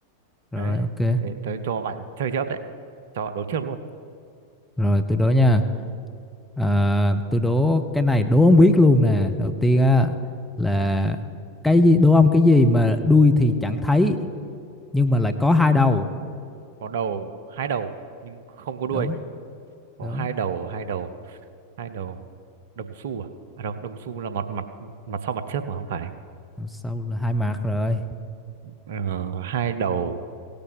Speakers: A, in the centre; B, on the right.
A: rồi
B: Đấy,
A: ok.
B: thế tôi cho bạn chơi trước đấy. Cho đấu trước luôn.
A: Rồi tôi đố nha. À, tôi đố cái này đố ông biết luôn nè. Đầu tiên á là cái gì đố ông cái gì mà đuôi thì chẳng thấy nhưng mà lại có hai đầu.
B: Có đầu, hai đầu nhưng không có
A: Đúng,
B: đuôi. có
A: đúng.
B: hai đầu hai đầu hai đầu đồng xu à à đâu đồng xu là mặt mặt mặt sau mặt trước mà không phải
A: Đằng Sau là hai mặt rồi.
B: ờ, hai đầu